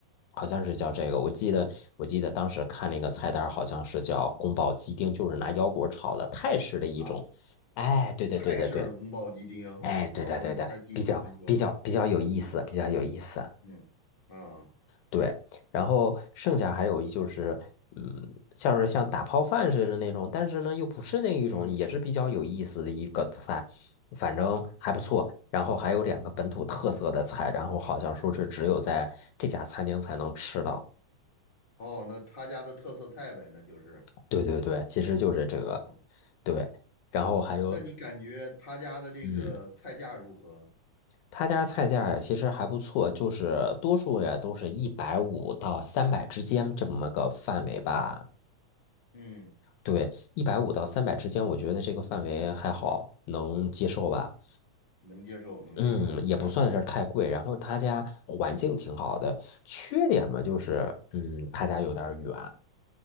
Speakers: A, on the left (about 85°); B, on the left (about 20°).
A: 好像是叫这个，我记得我记得当时看那个菜单儿好像是叫宫保鸡丁，就是拿腰果炒的泰式的一种。
B: 啊，
A: 哎，对对对对对，
B: 泰式的宫保鸡丁，
A: 哎，对的对的，
B: 哦，那才第一次听说。
A: 比较比较比较有意思，比较有意思。
B: 嗯啊
A: 对，然后剩下还有一就是，嗯，像是像打泡饭似的那种，但是呢又不是那一种，
B: 嗯
A: 也是比较有意思的一个菜，反正还不错。然后还有两个本土特色的菜，然后好像说是只有在这家餐厅才能吃到。
B: 哦，那他家的特色菜呗，那就是
A: 对对对，其实就是这个，
B: 哦。
A: 对。然后还有，
B: 那你感觉他家的这个菜价如何？
A: 嗯，他家菜价呀其实还不错，就是多数呀都是一百五到三百之间这么个范围吧。
B: 嗯，
A: 对，一百五到三百之间，我觉得这个范围还好，能接受吧。
B: 能接受，能接受。
A: 嗯，也不算是太贵。
B: 对，
A: 然后他家环境挺好的，缺点嘛就是，嗯，他家有点儿远。